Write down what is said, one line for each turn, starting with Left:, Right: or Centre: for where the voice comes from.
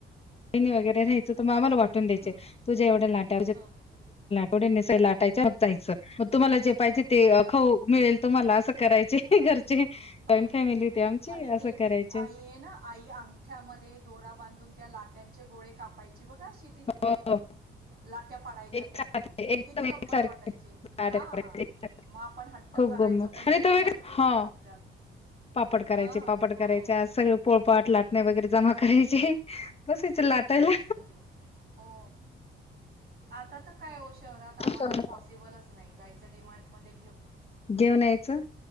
Left: बहिणी वगैर राहायचं तर मग आम्हाला वाटतं. वाटून द्यायचे
Right: हं,
Left: तुझे एवढ लाट
Right: हं,
Left: लाटायच
Right: हो हो
Left: जायच मग तुम्हाला जे. पाहिजे
Right: हं,
Left: ते खऊ मिळेल तो मला. असं करायचे घरचे. जॉईंट
Right: हा
Left: फॅमिली होती आमची
Right: आणि
Left: असं
Right: ते
Left: करायचे
Right: आई आहे ना, आई अंगठ्यामध्ये दोरा. बांधून त्या लाट्यांचे गोळे कापायचे. बघा असती ती
Left: हो
Right: लाट्या पाडायच्या
Left: एकसारखे
Right: त्या,
Left: एकदम
Right: किती गंमत
Left: एकसारखे
Right: वाटायची
Left: लाटा
Right: हा,
Left: पडायच्या, एकसारखे.
Right: मग आपण हट्ट
Left: खूप
Right: करायचो,
Left: गंमत
Right: पण
Left: आणि
Right: ते जमायचच
Left: तो वेगळा हा
Right: नाही आपल्याला.
Left: पापड करायचे,
Right: हां
Left: पापड
Right: हो
Left: करायचे, सगळ
Right: हो
Left: पोळपाट लाटणे वगैरे जमा करायचे. बसायचं लाटत. तला
Right: हं, हो आता तर काय हो शहरात आम्हाला
Left: तर
Right: पॉसिबलच नाही जायचं डिमांड मध्ये
Left: घेऊन यायचं